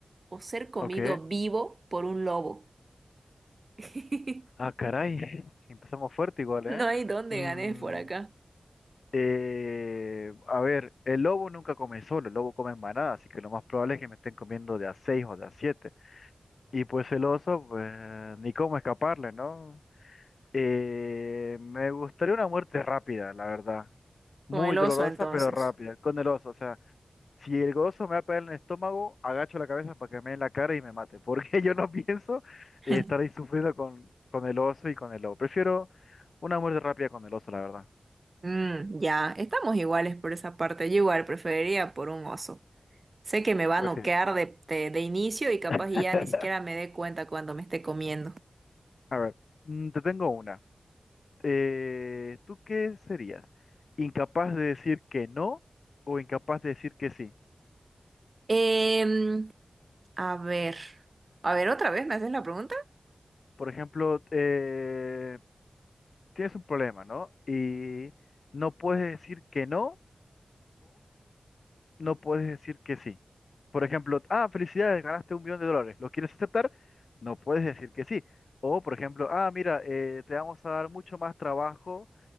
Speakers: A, on the right; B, on the left.
A: o ser comido
B: ok.
A: vivo por un lobo? <laughs>
B: Ah, caray. <laughs> Empezamos fuerte igual, ¿eh?
A: No hay dónde
B: Mm,
A: ganes por acá.
B: eh, a ver, el lobo nunca come solo, el lobo come en manada, así que lo más probable es que me estén comiendo de a seis o de a siete. Y pues el oso, pues ni cómo escaparle, ¿no? Eh, me gustaría una muerte rápida, la verdad. Muy
A: Con el
B: dolorosa,
A: oso, entonces.
B: pero rápida, con el oso, o sea. Si el gozo me va a pegar en el estómago, agacho la cabeza para que me dé en la cara y me mate, porque <laughs> yo no pienso
A: <laughs>
B: eh, estar ahí sufriendo con, con el oso y con el lobo. Prefiero una muerte rápida con el oso, la verdad.
A: Mm, ya, estamos iguales por esa parte. Yo igual preferiría por un oso. Sé que me va
B: Pues
A: a noquear
B: sí.
A: de, de, de inicio y capaz
B: <laughs>
A: y ya ni siquiera me dé cuenta cuando me esté comiendo.
B: A ver, mm, te tengo una. Eh, ¿tú qué serías? ¿Incapaz de decir que no o incapaz de decir que sí?
A: Em, a ver, a ver, otra vez, ¿me haces la pregunta?
B: Por ejemplo, eh, tienes un problema, ¿no? Y no puedes decir que no no puedes decir que sí. Por ejemplo, ah, felicidades, ganaste un millón de dólares, ¿lo quieres aceptar? No puedes decir que sí. O, por ejemplo, ah, mira, eh, te vamos a dar mucho más trabajo,